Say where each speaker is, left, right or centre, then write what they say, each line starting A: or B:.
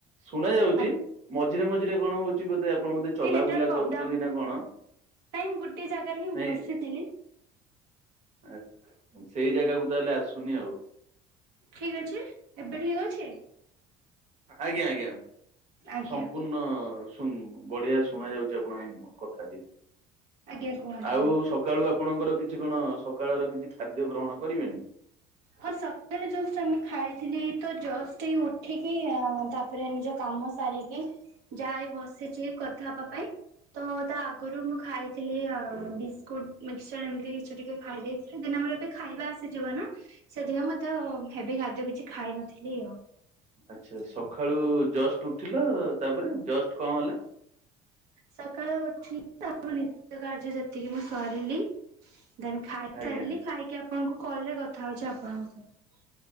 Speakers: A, on the right (about 45°); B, on the right (about 80°).
A: ଶୁଣା ଯାଉଛି
B: ଆଜ୍ଞା
A: ମ ମଝିରେ ମଝିରେ କଣ ହଉଛି ବୋଧେ ଆପଣ ବୋଧେ
B: ଟିକେ
A: ଚଲାବୁଲା
B: ନେଟୱାର୍କ ଅପ୍
A: କରୁଛନ୍ତି
B: ଡାଉନ
A: ନା କଣ।
B: ନାଇଁ ଗୋଟେ ଜାଗାରେ ହିଁ
A: ନାଇଁ
B: ବସିଥିଲି।
A: ଆ ସେଇ ଜାଗାକୁ ତାହେଲେ ଆସୁନି ଆଉ।
B: ଠିକ ଅଛି ଏବେ ଠିକ ଅଛି।
A: ଆଜ୍ଞା ଆଜ୍ଞା
B: ଆଜ୍ଞା
A: ସମ୍ପୂର୍ଣ୍ଣ ସୁନ ବଢିଆ ଶୁଣା ଯାଉଛି ଆପଣଙ୍କ କଥାଟି।
B: ଆଜ୍ଞା କୁହନ୍ତୁ
A: ଆଉ
B: ତାହେଲେ।
A: ସକାଳୁ ଆପଣଙ୍କର କିଛି କଣ ସକାଳର କିଛି ଖାଦ୍ୟ ଗ୍ରହଣ କରିବେନି।
B: ହଁ ସକାଳେ ଜଷ୍ଟ ଆମେ ଖାଇଥିଲି ଏଇ ତ ଜସ୍ ଏଇ ଉଠିକି ତାପରେ ନିଜ କାମ ସାରିକି ଯା ଏଇ ବସିଚି କଥା ହବା ପାଇଁ। ତ ତା ଆଗରୁ ମୁଁ ଖାଇଥିଲି ଅ ବିସ୍କୁଟ ମିକସଚର ଏମିତି କିଛି ଟିକେ ଖାଇ ଦେଇଥିଲି। ଦେ ଆମର ଏବେ ଖାଇବା ଆସିଯିବ ନା। ସେଥିପାଇଁ ମୁଁ ଏତେ ହେବି ଖାଦ୍ୟ କିଛି ଖାଇନଥିଲି ଆଉ।
A: ଆଚ୍ଛା ସକାଳୁ ଜଷ୍ଟ ଉଠିଲ ତାପରେ ଜଷ୍ଟ କଣ ହେଲା।
B: ସକାଳୁ ଉଠିଲି ତ ନିତ୍ୟ କାର୍ଯ୍ୟ ଯେତିକି ମୁଁ ସରିଲି। ଦେନ୍ ଖାଇସାରିଲି
A: ଆଜ୍ଞା
B: ଖାଇକି ଆପଣଙ୍କୁ କଲ ରେ କଥା ହଉଛି ଆପଣଙ୍କ ସହ।